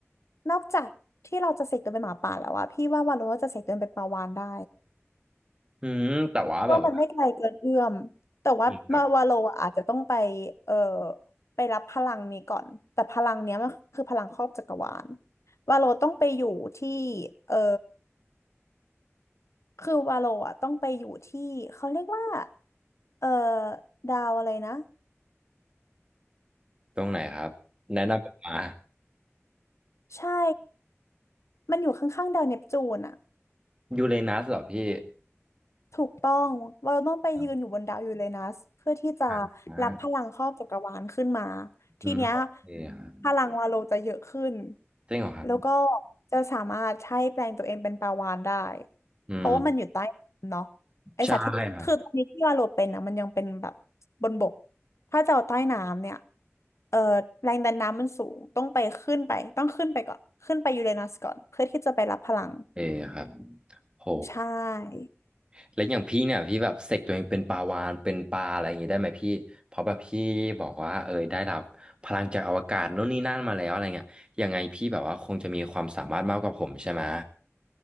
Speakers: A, on the left; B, on the right.
A: นอกจากที่เราจะเสกตัวเป็นหมาป่าแล้วอะพี่ว่าวาโลจะเสกตัวเป็นปลาวาฬได้
B: อืมแต่ว่าแบบว่า
A: เพราะว่ามันไม่ไกลเกินเอื้อมแต่ว่ามาวาโลอะอาจจะต้องไป
B: พี่ครับ
A: เอ่อไปรับพลังนี้ก่อนแต่พลังเนี้ยมันคือพลังครอบจักรวาลวาโลต้องไปอยู่ที่เอ่อคือวาโลอะต้องไปอยู่ที่เขาเรียกว่าเอ่อดาวอะไรนะ
B: ตรงไหนครับแนะนำมา
A: ใช่ มันอยู่ข้างๆดาวเนปจูนอะ
B: ยูเรนัสเหรอพี่
A: ถูกต้องเราต้องไปยืนอยู่บนดาวยูเรนัสเพื่อที่จะ
B: อืมอ่า
A: รับพลังครอบจักรวาลขึ้นมาทีเนี้ย
B: อืมโอเคครับ
A: พลังวาโลจะเยอะขึ้น
B: จริงเหรอครับ
A: แล้วก็จะสามารถใช้แปลงตัวเองเป็นปลาวาฬได้
B: อืม
A: เพราะว่ามันอยู่ใต้น้ำเนาะไอสัตว์ที่คือตอนนี้ที่วาโลเป็นนะมันยังเป็นแบบบนบก
B: ใช่ครับ
A: ถ้าจะเอาใต้น้ำเนี่ยเอ่อแรงดันน้ำมันสูงต้องไปขึ้นไปต้องขึ้นไปก่อนขึ้นไปยูเรนัสก่อนเพื่อที่จะไปรับพลัง
B: เออครับโห
A: ใช่
B: แล้วอย่างพี่เนี่ยพี่แบบเสกตัวเองเป็นปลาวาฬเป็นปลาอะไรอย่างงี้ได้ไหมพี่เพราะแบบพี่บอกว่าเออได้รับพลังจากอวกาศโน่นนี่นั่นมาแล้วอะไรเงี้ยยังไงพี่แบบว่าคงจะมีความสามารถมากกว่าผมใช่ไหม